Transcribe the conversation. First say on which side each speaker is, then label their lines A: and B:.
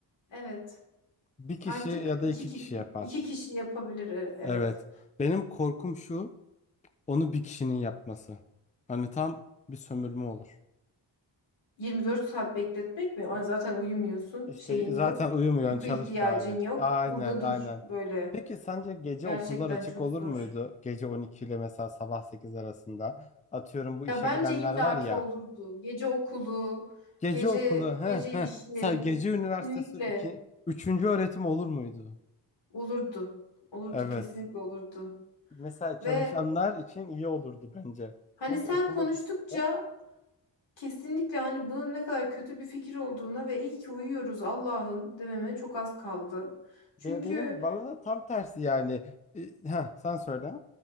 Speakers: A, on the left (about 75°); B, on the left (about 15°).
A: Evet.
B: Bir kişi
A: Artık
B: ya
A: iki,
B: da iki
A: ki-
B: kişi yapar.
A: iki kişi yapabilir. e- Evet.
B: Evet. Benim korkum şu onu bir kişinin yapması. Hani tam bir sömürme olur.
A: 24 saat bekletmek mi? Ay, Zaten uyumuyorsun.
B: İşte
A: Şeyin
B: zaten
A: yok.
B: uyumuyorsun
A: Uyku
B: çalış
A: ihtiyacın
B: bari.
A: yok.
B: Aynen
A: Burada
B: aynen.
A: dur böyle.
B: Peki sence gece
A: Gerçekten
B: okullar açık
A: çok
B: olur
A: zor.
B: muydu? Gece 12 ile mesela sabah 8 arasında. Atıyorum bu
A: Ya
B: işe
A: bence
B: gidenler
A: illaki
B: var ya.
A: olurdu. Gece okulu,
B: Gece
A: gece
B: okulu he
A: gece
B: he.
A: işi
B: Sen gece üniversitesi
A: kesinlikle
B: iki, üçüncü öğretim olur muydu?
A: olurdu. Olurdu,
B: Evet.
A: kesinlikle olurdu.
B: Mesela çalışanlar
A: Ve
B: için iyi olurdu bence.
A: hani
B: Hem
A: sen
B: okumak
A: konuştukça
B: istiyor.
A: kesinlikle hani bunun ne kadar kötü bir fikir olduğuna ve iyi ki uyuyoruz Allah'ım dememe çok az kaldı. Çünkü
B: Ve benim bana da tam tersi yani. E, heh, sen söyle.